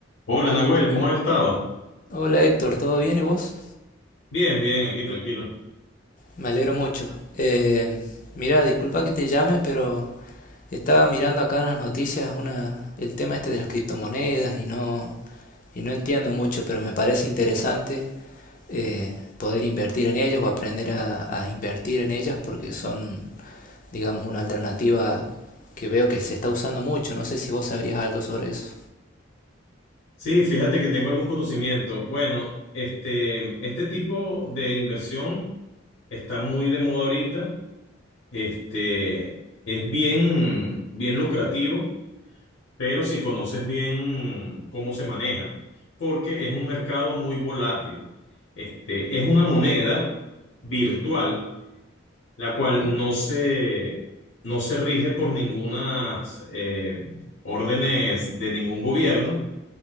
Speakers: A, on the left; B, on the left.
A: Hola Nahuel, ¿cómo has estado?
B: Hola Héctor, ¿todo bien y vos?
A: Bien, bien, aquí tranquilo.
B: Me alegro mucho. Eh, mira, disculpa que te llame, pero estaba mirando acá en las noticias una, el tema este de las criptomonedas y no, y no entiendo mucho, pero me parece interesante eh, poder invertir en ellas o aprender a, a invertir en ellas porque son, digamos, una alternativa que veo que se está usando mucho. No sé si vos sabrías algo sobre eso.
A: Sí, fíjate que tengo algún conocimiento. Bueno, este, este tipo de inversión está muy de moda ahorita. Este, es bien, bien lucrativo, pero si conoces bien cómo se manejan, porque es un mercado muy volátil. Este, es una moneda virtual la cual no se, no se rige por ninguna eh, órdenes de ningún gobierno.